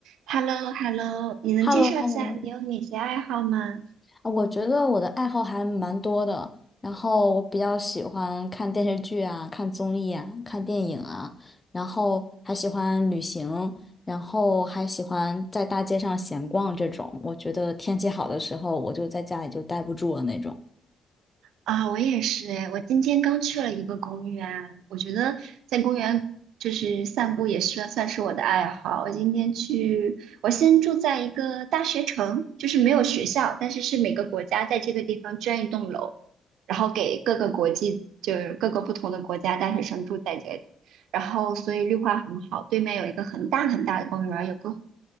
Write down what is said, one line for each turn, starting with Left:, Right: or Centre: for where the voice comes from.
Right: h e l l o h e l l o 你能介绍一下你有哪些爱好吗？
Left: h e l l o h e l l o 啊，我觉得我的爱好还蛮多的，然后我比较喜欢看电视剧啊，看综艺啊，看电影啊，然后还喜欢旅行，然后还喜欢在大街上闲逛这种。我觉得天气好的时候，我就在家里就待不住了那种。
Right: 啊，我也是哎，我今天刚去了一个公园，我觉得在公园就是散步也是算是我的爱好。我今天去，我先住在一个大学城，就是没有学校，但是是每个国家在这个地方捐一栋楼，然后给各个国际，就是各个不同的国家大学生住在这里，然后所以绿化很好，对面有一个很大很大的公园，有个湖。